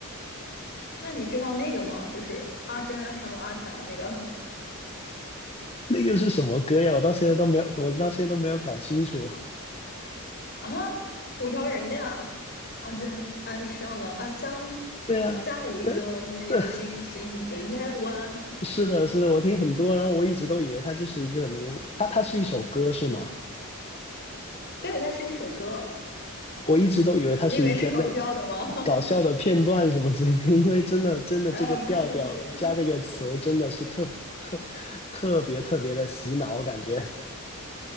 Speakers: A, on the left (about 45°); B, on the left (about 30°).
A: 那你知道那个吗？就是阿珍爱上了阿强那个
B: 那个是什么歌呀？我到现在都没有，我到现在都没有搞清楚。
A: <laughs> 啊，五条人的呀。阿珍爱上了阿强，
B: 对啊，
A: 在一个没有星星的夜晚。
B: 那那是的，是的，我听很多，然后我一直都以为它就是一个能，它它是一首歌是吗？
A: 对，它是一首歌。
B: 我一直都以为它是一个那
A: 你以为是搞笑的吗？<laughs>
B: 搞笑的片段什么之类的，因为真的真的这个调调加这个词真的是特特
A: 哎，不是不是，
B: 特别特别的洗脑，我感觉。